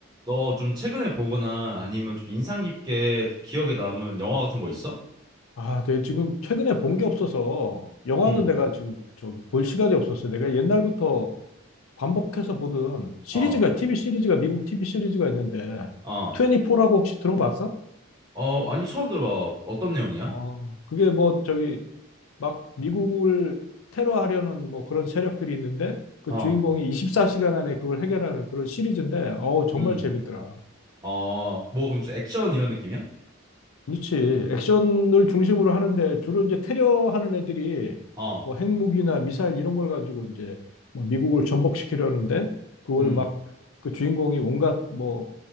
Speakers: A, on the right; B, on the left.
A: 너 좀 최근에 보거나 아니면 좀 인상 깊게 좀 기억에 남은 영화 같은 거 있어?
B: 아, 내가 지금 최근에 본 게 없어서 영화는
A: 응.
B: 내가 지금 저기 볼 시간이 없었어. 내가 옛날부터 반복해서 보던 시리즈가
A: 어.
B: TV 시리즈가 미국 TV 시리즈가 있는데
A: 어.
B: 24라고 혹시 들어봤어?
A: 어, 아니 처음 들어봐. 어떤 내용이야?
B: 어, 그게 뭐 저기 막 미국을 테러하려는 뭐 그런 세력들이 있는데 그
A: 어.
B: 주인공이 24시간 안에 그걸 해결하는 그런 시리즈인데 어우 정말
A: 음.
B: 재밌더라.
A: 어, 뭐 그럼 액션 이런 느낌이야?
B: 그렇지. 액션을 중심으로 하는데 주로 이제 테러하는 애들이
A: 어.
B: 뭐 핵무기나 미사일 이런 걸 가지고 이제 뭐 미국을 전복시키려는데 그걸
A: 음.
B: 막 그 주인공이 온갖 뭐